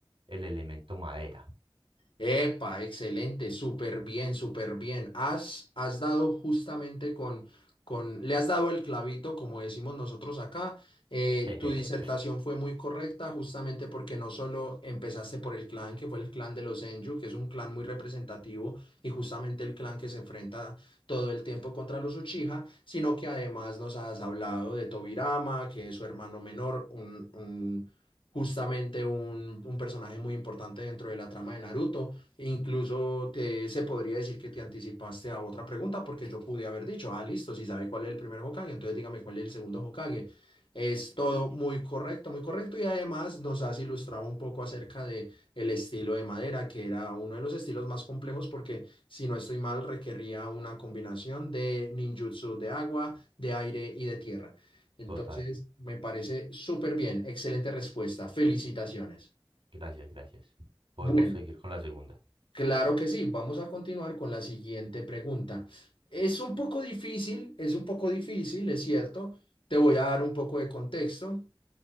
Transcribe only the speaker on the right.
el elemento madera.
<laughs>
Total.
Gracias, gracias. Podemos
seguir con la segunda.